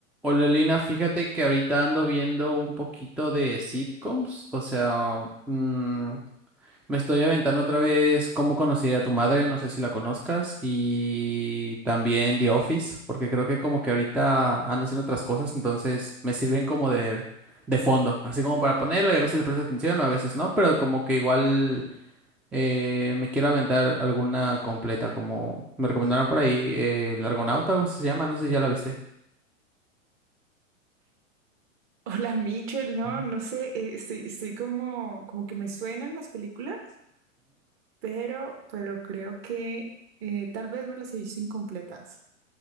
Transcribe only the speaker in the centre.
Hola Lina, fíjate que ahorita ando viendo un poquito de sitcoms, o sea, mm, me estoy aventando otra vez Cómo conocí a tu madre, no sé si la conozcas, y también The Office, porque creo que como que ahorita ando haciendo otras cosas, entonces me sirven como de, de fondo, así como para ponerlo y a veces le presto atención o a veces no, pero como que igual eh, me quiero aventar alguna completa, como me recomendaron por ahí, eh, El Argonauta, algo así se llama, no sé si ya la viste.
Ajá.